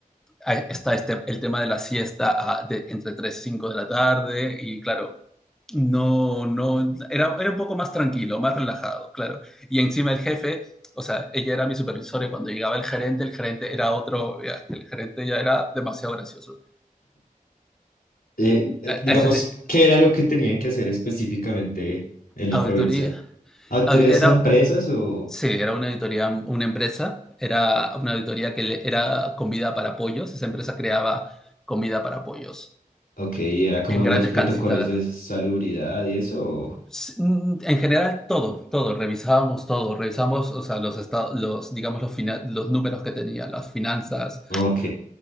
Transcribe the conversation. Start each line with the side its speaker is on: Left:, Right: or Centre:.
Centre: Ahí está este, el tema de la siesta ah, de, entre 3 y 5 de la tarde, y claro, no, no, era, era un poco más tranquilo, más relajado, claro. Y encima el jefe, o sea, ella era mi supervisora y cuando llegaba el gerente, el gerente era otro, ya, el gerente ya era demasiado gracioso.
Left: Eh, eh,
Centre: Eh,
Left: digamos,
Centre: Es decir,
Left: ¿qué era lo que tenían que hacer específicamente en la
Centre: auditoría,
Left: provincia? ¿Autoridades
Centre: au- era
Left: a empresas o,
Centre: Sí, era una auditoría, una empresa, era una auditoría que le- era comida para pollos, esa empresa creaba comida para pollos
Left: ok, era como
Centre: en grandes
Left: los protocolos
Centre: cantidades.
Left: de salubridad y eso? o-
Centre: S- mm, En general, todo, todo, revisábamos todo, revisábamos, o sea, los estados, los, digamos, los, fina- los números que tenía, las finanzas
Left: ok,